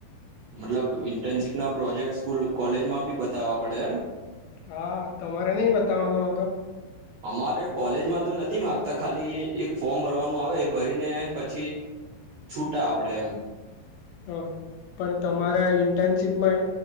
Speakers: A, on the right; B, on the left.
A: મતલબ ઇન્ટર્નશીપ ના પ્રોજેકટસ્કૂલ કોલેજમાં બી બતાવવા પડે એમ?
B: હા તમારે નહી બતાવાનો હતો?
A: અમારે કોલેજમાં તો નથી માંગતા. ખાલી એક ફોર્મ ભરવાનું આવે એ ભરીને પછી છૂટા આપડે એમ.
B: હા પણ તમારે ઇન્ટર્નશીપમાં